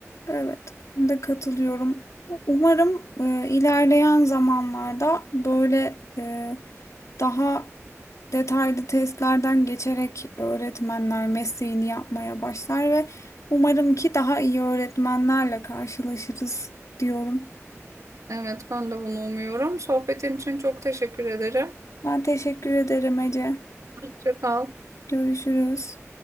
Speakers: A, on the left; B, on the right.
A: evet. Ben de katılıyorum. Umarım e, ilerleyen zamanlarda böyle e, Daha detaylı testlerden geçerek öğretmenler mesleğini yapmaya başlar ve umarım ki daha iyi öğretmenlerle karşılaşırız diyorum.
B: Evet, ben de bunu umuyorum. Sohbetin için çok teşekkür ederim.
A: Ben teşekkür ederim Ece.
B: Hoşça kal.
A: Görüşürüz.